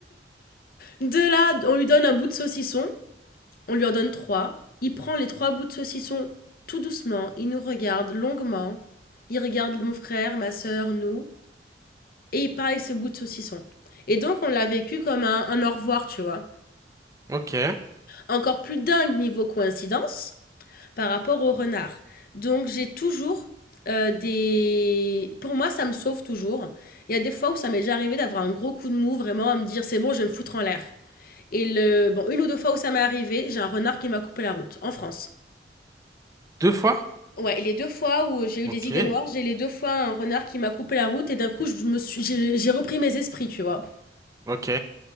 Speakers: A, on the left (about 55°); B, on the right (about 20°).
A: De là, on lui donne un bout de saucisson. On lui en donne trois. Il prend les trois bouts de saucisson tout doucement. Il nous regarde longuement. Il regarde mon frère, ma sœur, nous. Et pareil, ce bout de saucisson. Et donc, on l'a vécu comme un, un au revoir, tu vois.
B: Ok.
A: Encore plus dingue niveau coïncidence par rapport au renard. Donc, j'ai toujours euh, des. Pour moi, ça me sauve toujours. Il y a des fois où ça m'est déjà arrivé d'avoir un gros coup de mou, vraiment, à me dire c'est bon, je vais me foutre en l'air. Et le... bon, une ou deux fois où ça m'est arrivé, j'ai un renard qui m'a coupé la route, en France.
B: Deux fois?
A: Ouais, et les deux fois où j'ai eu
B: Ok,
A: des idées noires, j'ai les deux fois un renard qui m'a coupé la route et d'un coup, je me suis... j'ai j'ai repris mes esprits, tu vois.
B: ok.